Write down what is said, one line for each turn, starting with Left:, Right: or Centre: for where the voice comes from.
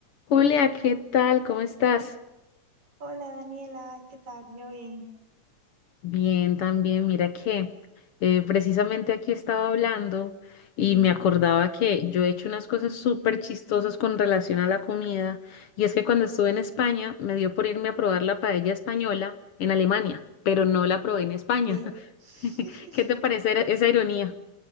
Left: Julia, ¿qué tal? ¿Cómo estás?
Right: Hola Daniela, ¿qué tal? Yo bien.
Left: Bien, también. Mira que eh, precisamente aquí estaba hablando y me acordaba que yo he hecho unas cosas súper chistosas con relación a la comida. Y es que cuando estuve en España me dio por irme a probar la paella española en Alemania, pero no la probé en España.
Right: ¿Qué? <laughs>
Left: <laughs> ¿Qué te parece era- esa ironía?